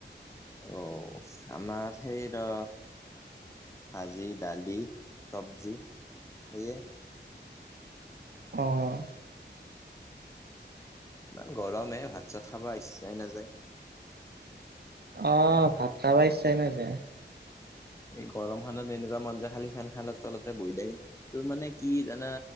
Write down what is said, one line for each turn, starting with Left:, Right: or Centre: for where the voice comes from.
Left: অ আমাৰ সেই ৰ ভাজি দালি চবজি সেয়ে
Right: অঁ
Left: ইমান গৰমে ভাত চাত খাব ইচ্ছাই নাযায়
Right: অ ভাত খাবা ইচ্ছা নাই যে
Left: এই গৰম খানত এনেকুৱা মঞ্া খালি খেন খাই তলতে বহি থাকিল তোৰ মানে কি জানা